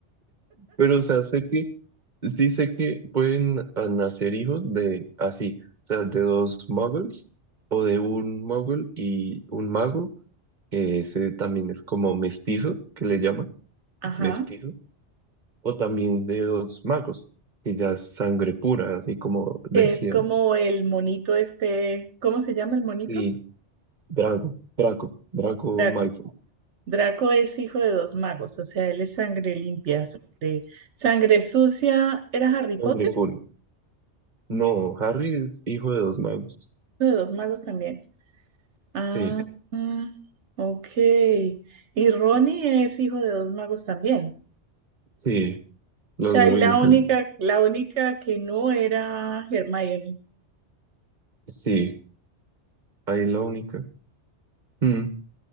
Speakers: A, on the right (about 40°); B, on the right (about 70°).
A: Pero, o sea, sé que, sí sé que pueden ah, nacer hijos de así, o sea, de dos muggles o de un muggle y un mago, que ese también es como mestizo, que le llaman
B: Ajá.
A: mestizo, o también de dos magos, que ya es sangre pura, así como decían.
B: Que es como el monito este, ¿cómo se llama el monito?
A: Sí, Drago, Draco, Draco
B: Draco.
A: Malfoy,
B: Draco es hijo de dos magos, o sea, él es sangre limpia,
A: ¿no?
B: sangre, sangre sucia. ¿Era Harry
A: sangre
B: Potter?
A: pura. No, Harry es hijo de dos magos.
B: Hijo De dos magos también. Ah,
A: Sí,
B: ah, ok. Y Ronnie es hijo de dos magos también.
A: sí,
B: O
A: los
B: sea,
A: Weasley,
B: y la única, la única que no era Hermione.
A: sí, ahí la única. Mm.